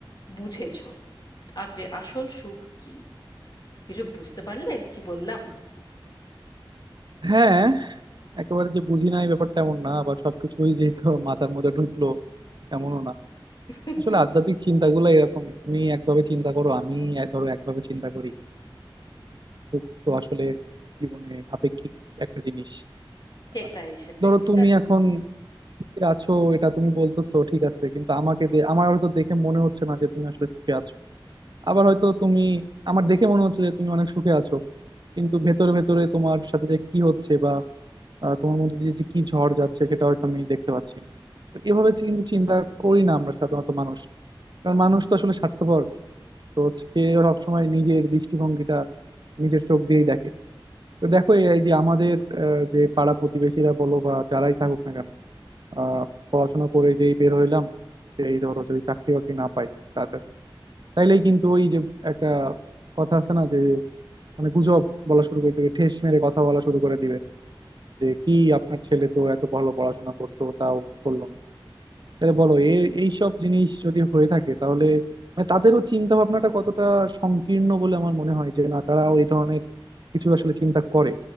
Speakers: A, on the left; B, on the right.
A: বুঝেছো আর যে আসল সুখ কি কিছু বুঝতে পারলে কি বললাম
B: হ্যাঁ একেবারে যে বুঝি না এই ব্যাপারটা এমন না আবার সবকিছুই যেহেতু মাথার মধ্যে ঢুকলো এমনও না
A: <laughs>
B: আসলে আধ্যাত্মিক চিন্তাগুলো এরকমই তুমি একভাবে চিন্তা করো আমি ধরো একভাবে চিন্তা করি সুখ তো আসলে জীবনে আপেক্ষিক একটা জিনিস
A: সেটাই
B: আর
A: সেটাই
B: ধরো
A: সেটা
B: তুমি এখন সুখে আছো এটা তুমি বলতেছো ঠিক আছে কিন্তু আমাকে দে- আমার হয়তো দেখে মনে হচ্ছে না যে তুমি আসলে সুখে আছো আবার হয়তো তুমি আমার দেখে মনে হচ্ছে যে তুমি অনেক সুখে আছো কিন্তু ভেতরে ভেতরে তোমার সাথে যে কি হচ্ছে বা আহ, তোমার মধ্যে দিয়ে যে কি ঝড় যাচ্ছে সেটা হয়তো আমি দেখতে পাচ্ছি না তো এভাবে চি- কিন্তু চিন্তা করি না আমরা সাধারণত মানুষ কারণ মানুষ তো আসলে স্বার্থপর তো সে সবসময় নিজের দৃষ্টিভঙ্গিটা নিজের চোখ দিয়েই দেখে তো দেখো এই এই যে আমাদের আহ, যে পাড়া প্রতিবেশীরা বলো বা যারাই থাকুক না কেন আহ, পড়াশোনা করে যেই বের হইলাম এই ধরো যদি চাকরি বাকরি না পাই তাড়াতাড়ি তাইলেই কিন্তু ওই যে একটা কথা আছে না যে মানে গুজব বলা শুরু করে দিবে ঠেস মেরে কথা বলা শুরু করে দিবে যে কি আপনার ছেলে তো এত ভালো পড়াশোনা করতো তাও করলো না তাহলে বলো এই সব জিনিস যদি হয়ে থাকে তাহলে মানে তাদেরও চিন্তা ভাবনাটা কতটা সংকীর্ণ বলে আমার মনে হয় যে না তারাও এই ধরনের কিছু আসলে চিন্তা করে